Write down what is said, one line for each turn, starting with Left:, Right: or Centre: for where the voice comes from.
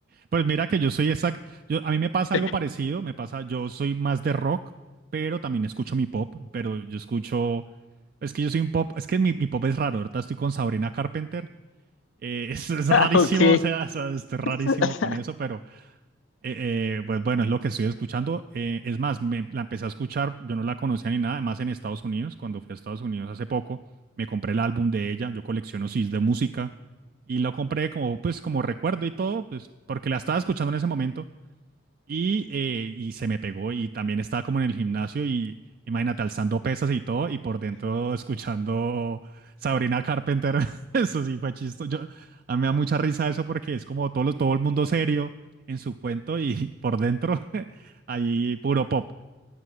Right: Pues mira que yo soy exacto. Yo, a mí me pasa
Left: <laughs>
Right: algo parecido. Me pasa, yo soy más de rock, pero también escucho mi pop. Pero yo escucho. Es que yo soy un pop. Es que mi, mi pop es raro. Ahorita estoy con Sabrina Carpenter. Eh, <laughs> es, es rarísimo,
Left: Ah, Ok.
Right: o sea, es, es rarísimo
Left: <laughs>
Right: con eso, pero. Eh, eh, pues bueno, es lo que estoy escuchando. Eh, es más, me, la empecé a escuchar, yo no la conocía ni nada, además en Estados Unidos, cuando fui a Estados Unidos hace poco, me compré el álbum de ella, yo colecciono CDs de música y lo compré como pues como recuerdo y todo, pues porque la estaba escuchando en ese momento y, eh, y se me pegó y también estaba como en el gimnasio y imagínate alzando pesas y todo y por dentro escuchando Sabrina Carpenter. <laughs> Eso sí fue chistoso. Yo, a mí me da mucha risa eso porque es como todo, lo- todo el mundo serio en su cuento y <laughs> por dentro <laughs> ahí puro pop.